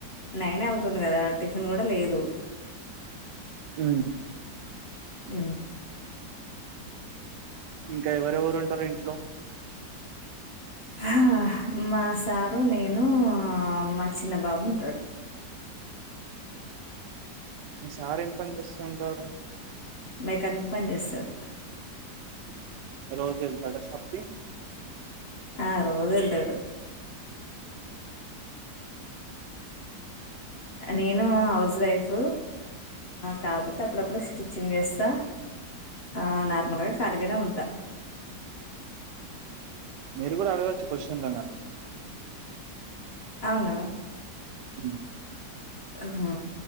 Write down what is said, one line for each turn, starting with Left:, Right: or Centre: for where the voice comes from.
Left: నైన్ అవుతుంది కదా టిఫిన్ కూడ లేదు.
Right: ఊ
Left: ఊ
Right: ఇంక ఎవరెవరు ఉంటరు ఇంట్లో
Left: ఆహ్ మా సారు, నేను, మా చిన్న బాబు ఉంటడు.
Right: మీ సార్ ఏం పన్ చేస్తుంటడు?
Left: మెకానిక్ పని చేసడు
Right: రోజు ఎల్తాడ షాప్కి?
Left: ఆ రోజు ఎల్తడు హ నేను హౌస్ వైఫు, కాకపోతే అప్పుడప్పుడు స్టిచ్చింగ్ వేస్తా. ఆ నార్మల్గా
Right: హ్మ్
Left: ఖాలిగానే ఉంటా
Right: మీరు కూడా అడగొచ్చు కొశన్లు నన్ను
Left: అవునా
Right: ఉమ్
Left: ఉహు